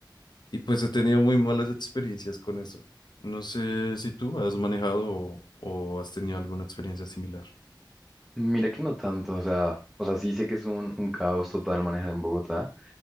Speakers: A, on the left (about 65°); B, in the centre.
A: Y pues he tenido muy malas experiencias con eso. No sé si tú has manejado o, o has tenido alguna experiencia similar.
B: Mira que no tanto, o sea, o sea, sí sé que es un, un caos total manejar en Bogotá.